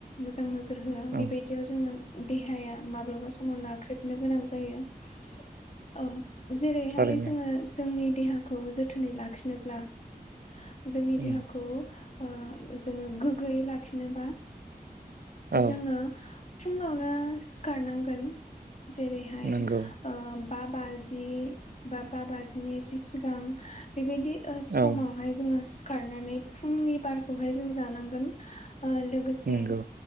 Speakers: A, on the left; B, on the right.
A: मोजां नोजो जोर होआ
B: औ
A: बेबायदियाव जोंनो देहाया माब्लाबा समाव नाख्रेबनो गोनां जायो । औ जेरैहाय
B: थारैनो
A: जोङो जोंनि देहाखौ जोथोनै लाखिनोब्ला जोंनि
B: उम
A: देहाखौ ओ जोङो गोग्गोयै लाखिनोबा
B: औ
A: जोङो फुङावनो सिखारनांगोन। जेरैहाय
B: नंगौ
A: ओ बा बाजि बा बाजिनि इसे सिगां बेबायदि ओ समावहाय
B: औ
A: जोङो सिखारनानै फुंनि बारखौहाय जों जानांगोन। ओ लोगोसे
B: नंगौ